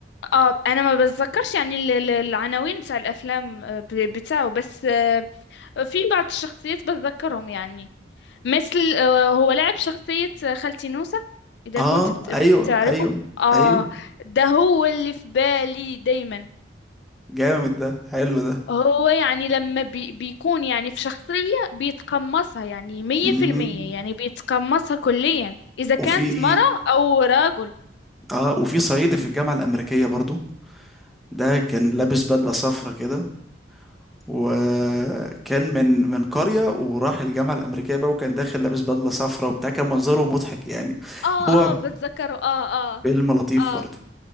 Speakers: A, on the left (about 70°); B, in the centre.
A: آه انا ما بتذكرش يعني ال- ال- العناوين بتاع الافلام آه، ب- بتاعه بس آه في بعض الشخصيات بتذكرهم يعني مثل آه هو لعب شخصية خالتي نوسة اذا
B: اه
A: كنت بت-
B: ايوه
A: بتعرفه
B: ايوه
A: اه
B: ايوه
A: ده هو اللي في بالي دايما
B: جامد ده حلو ده
A: هو يعني لما بي بيكون يعني في شخصية بيتقمصها يعني مية
B: امم
A: في المية يعني بيتقمصها كليا إذا كانت
B: وفي
A: مرة أو رجل
B: اه وفي صعيدي في الجامعه الامريكيه برضو ده كان لابس بدله صفرا كده وكان من من قريه وراح الجامعه الامريكيه بقى وكان داخل لابس بدله صفرا وبتاع كان منظره مضحك يعني
A: آه
B: هو
A: آه بتذكره آه آه
B: فيلم لطيف
A: آه
B: برضه